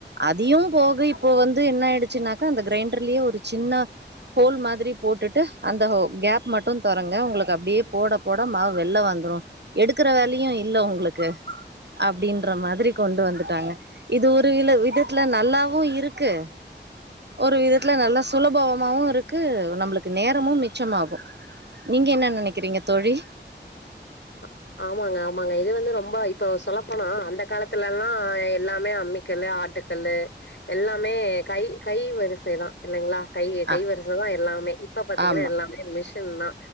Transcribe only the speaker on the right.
அதியும் போக இப்போ வந்து என்ன ஆயிடுச்சுனாக்கா அந்த கிரைண்டர்லியே ஒரு சின்னா ஹோல் மாதிரி போட்டுட்டு அந்த ஹோ கேப் மட்டுந் தொறங்க உங்ளுக்கு அப்டியேப் போடப் போட மாவு வெள்ல வந்துரு எடுக்குற வேலையு இல்ல ஒங்ளுக்கு அப்டின்ற மாதிரிக் கொண்டு வந்துட்டாங்க இது ஒருயில விதத்ல நல்லாவு இருக்கு ஒரு விதத்ல நல்லா சுலபவமாவு இருக்கு நம்ளுக்கு நேரமும் மிச்சமாகு நீங்க என்னா நெனக்கிறீங்க தோழி
ஆ
ஆமா